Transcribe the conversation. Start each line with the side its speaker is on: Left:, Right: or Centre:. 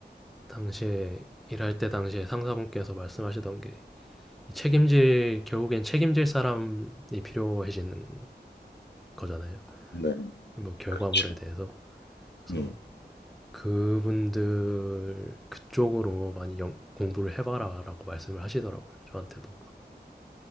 Centre: 당시에 일할 때 당시에 상사분께서 말씀하시던 게 책임질 결국엔 책임질 사람이 필요해지는 거잖아요.
Left: 네.
Centre: 뭐 결과물에
Left: 그렇죠.
Centre: 대해서 그래서
Left: 음,
Centre: 그분들 그쪽으로 많이 영- 공부를 해봐라라고 말씀을 하시더라고요. 저한테도